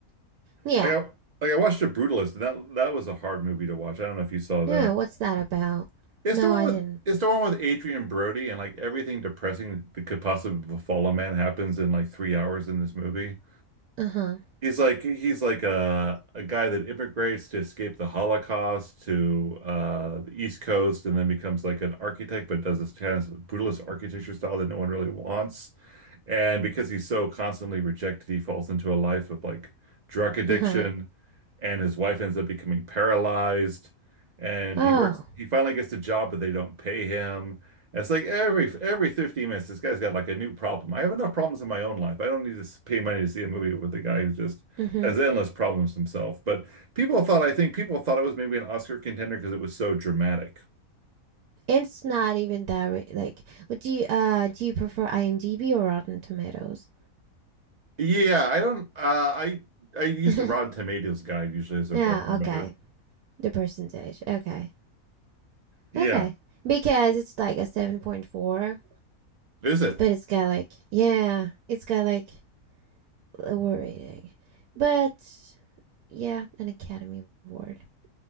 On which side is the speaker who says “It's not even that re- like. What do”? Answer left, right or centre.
Right